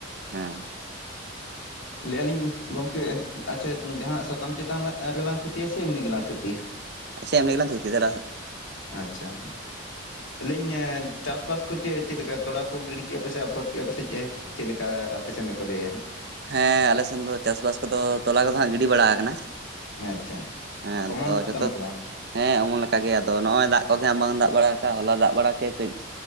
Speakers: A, on the right; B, on the left.
A: ᱦᱮᱸ,
B: ᱞᱟᱹᱭᱮᱜᱼᱟ ᱞᱤᱧ ᱜᱚᱝᱠᱮ ᱟᱪᱷᱟ ᱡᱟᱦᱟᱸ ᱥᱟᱛᱟᱢ ᱪᱮᱛᱟᱱ ᱨᱮ ᱨᱮᱞᱟᱝ ᱛᱷᱩᱛᱤᱭᱟ ᱥᱮ ᱮᱢᱱᱤ ᱜᱮ ᱞᱟᱝ ᱛᱷᱩᱛᱤᱭᱟ
A: ᱪ ᱮᱢ <unintelligible>
B: ᱟᱪᱷᱟ, ᱞᱟᱭᱤᱧ ᱪᱟᱥᱵᱟᱥ ᱠᱚ ᱪᱮᱫ ᱪᱮᱫ ᱞᱮᱠᱟ ᱛᱚᱲᱟ ᱠᱚ ᱜᱤᱰᱤ ᱠᱮᱫᱼᱟ ᱯᱮ ᱥᱮ ᱟᱯᱷᱚᱨ ᱠᱮᱫᱼᱟ ᱯᱮᱥᱮ ᱪᱮ ᱪᱮᱫ ᱞᱮᱠᱟ ᱟᱯᱮ ᱥᱮᱫ ᱫᱚᱠᱚ ᱞᱟᱹᱭᱟ ᱦᱟᱜ
A: ᱦᱮᱸ ᱟᱞᱮ ᱥᱮᱱ ᱫᱚ ᱪᱟᱥᱵᱟᱥ ᱠᱚᱫᱚ ᱛᱚᱞᱟ ᱠᱚᱫᱚ ᱦᱟᱜ ᱜᱤᱰᱤ ᱵᱟᱲᱟ ᱟᱠᱟᱱᱟ
B: ᱟᱪᱷᱟ
A: ᱦᱮᱸ
B: ᱚᱢᱚᱱ
A: ᱟᱫᱚ ᱡᱚᱛᱚ
B: ᱠᱟᱱᱟ ᱥᱮ ᱵᱟᱝ
A: ᱦᱮᱸ ᱚᱢᱚᱱ ᱞᱮᱠᱟ ᱜᱮ ᱟᱫᱚ ᱱᱚᱜᱼᱚᱭ ᱫᱟᱜ ᱠᱚᱜᱮ ᱵᱟᱝ ᱫᱟᱜ ᱵᱟᱲᱟ ᱠᱟᱜᱼᱟ ᱦᱚᱞᱟ ᱫᱟᱜ ᱵᱟᱲᱟ ᱠᱮᱭᱟ ᱠᱟᱹᱡ